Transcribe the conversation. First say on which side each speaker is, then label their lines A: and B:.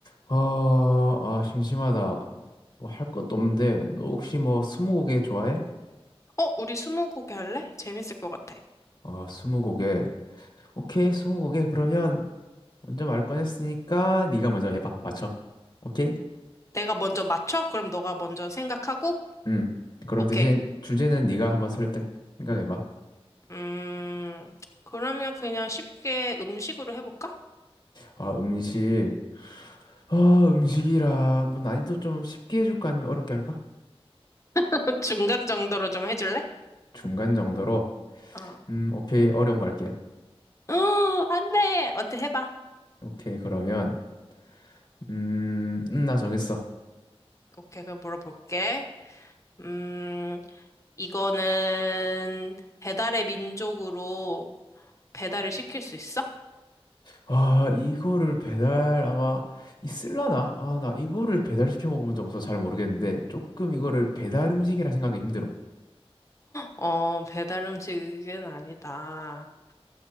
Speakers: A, on the left; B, on the left.
A: 아, 아, 심심하다. 뭐 할 것도 없는데, 너 혹시 뭐 스무고개 좋아해?
B: 어, 우리 스무고개 할래? 재밌을 것 같아.
A: 아, 스무고개. 오케이, 스무고개. 그러면 먼저 말 꺼냈으니까 네가 먼저 해봐. 맞춰. 오케이?
B: 내가 먼저 맞춰? 그럼 너가 먼저 생각하고?
A: 음. 그럼
B: 오케이.
A: 대신 주제는 네가 한번 설득 생각해봐.
B: 음, 그러면 그냥 쉽게 음식으로 해볼까?
A: 아, 음식. 아, 음식이라 뭐 난이도 좀 쉽게 해줄까 아니면 어렵게 할까?
B: <laughs> 중간 정도로 좀 해줄래?
A: 중간 정도로.
B: 어.
A: 음, 오케이. 어려운 거 할게.
B: <gasps> 어, 안 돼! 어때, 해봐.
A: 오케이. 그러면 음, 음, 나 정했어.
B: 오케이, 그럼 물어볼게. 음, 이거는 배달의 민족으로 배달을 시킬 수 있어?
A: 아, 이거를 배달 아마 있을라나? 아, 나 이거를 배달시켜 먹어본 적 없어서 잘 모르겠는데 조금 이거를 배달 음식이라 생각이 힘들어.
B: 어, 배달 음식은 아니다.